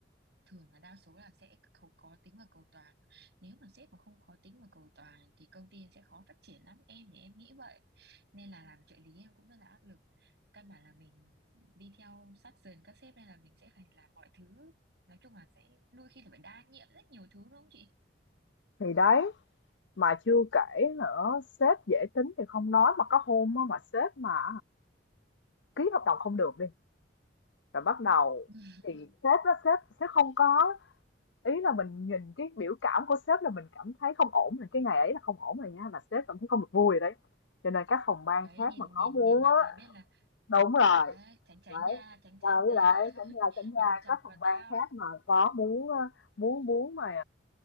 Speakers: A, on the right (about 65°); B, on the left (about 85°).
A: thường là đa số là sẽ khó, khó tính và cầu toàn nếu mà sếp mà không khó tính và cầu toàn thì công ty sẽ khó phát triển lắm em thì em nghĩ vậy nên là làm trợ lý em cũng rất là áp lực căn bản là mình đi theo sát sườn các sếp nên là mình sẽ phải làm mọi thứ nói chung là sẽ đôi khi là phải đa nhiệm rất nhiều thứ đúng không chị
B: thì đấy mà chưa kể nữa sếp dễ tính thì không nói mà có hôm mà sếp mà ký hợp đồng không được đi rồi bắt đầu
A: <laughs>
B: thì sếp đó sếp sẽ không có ý là mình nhìn cái biểu cảm của sếp là mình cảm thấy không ổn rồi cái ngày ấy là không ổn rồi nha là sếp cảm thấy không được vui rồi đấy cho nên các phòng ban
A: đấy
B: khác
A: nhìn
B: mà có
A: nhìn
B: muốn
A: nhìn mặt
B: á
A: là biết là
B: đúng rồi
A: đấy tránh tránh
B: Đấy,
A: nha tránh tránh
B: và
A: ra
B: với lại chẳng là
A: <laughs>
B: chẳng là
A: đừng chọc
B: các phòng
A: vào
B: ban
A: tao
B: khác mà có muốn ờ, muốn muốn mà